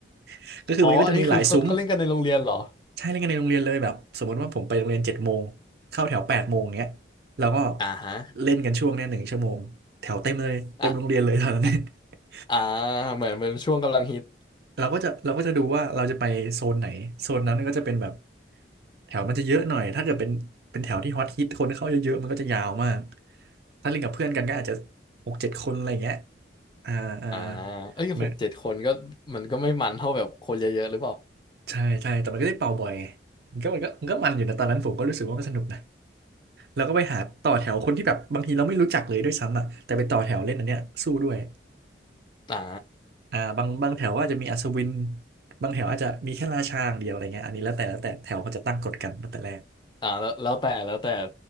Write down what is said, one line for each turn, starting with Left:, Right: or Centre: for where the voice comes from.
Right: <laughs> ก็คือมันก็จะมีหลายซุ้ม
Left: อ๋ออันนี้คือเขาเขาเล่นกันในโรงเรียนเหรอ
Right: ใช่เล่นกันในโรงเรียนเลยแบบสมมติว่าผมไปโรงเรียนเจ็ดโมงเข้าแถวแปดโมงเงี้ยแล้วก็
Left: อ่าฮะ
Right: เล่นกันช่วงเนี้ยหนึ่งชั่วโมงแถวเต็มเลยเต็มโรงเรียนเลยตอนนั้น
Left: อ่าอ่า
Right: <laughs>
Left: อ่าเหมือนเหมือนช่วงกำลังฮิต
Right: เราก็จะเราก็จะดูว่าเราจะไปโซนไหนโซนนั้นก็จะเป็นแบบ แถวมันจะเยอะหน่อยถ้าเกิดเป็นเป็นแถวที่ฮอตฮิตคนเข้าเยอะๆมันก็จะยาวมาก ถ้าเล่นกับเพื่อนกันก็อาจจะหกเจ็ดคนอะไรอย่างเงี้ยอ่าอ่า
Left: อ่าเอ้ยหกเจ็ดคนก็มันก็ไม่มันเท่าแบบคนเยอะๆหรือเปล่า
Right: มันใช่ใช่แต่มันก็ได้เป่าบ่อยไงมันก็มันก็มันก็มันอยู่นะตอนนั้นผมก็รู้สึกว่ามันสนุกนะเราก็ไปหาต่อแถวคนที่แบบบางทีเราไม่รู้จักเลยด้วยซ้ำอ่ะแต่ไปต่อแถวเล่นอันเนี้ยสู้ด้วย
Left: อ่า
Right: อ่าบางบางแถวว่าจจะมีอัศวินบางแถวอาจจะมีแค่ราชาอย่างเดียวอะไรเงี้ยอันนี้แล้วแต่แล้วแต่แถวเขาจะตั้งกฎกันตั้งแต่แรก
Left: อ่าแล้วแล้วแต่แล้วแต่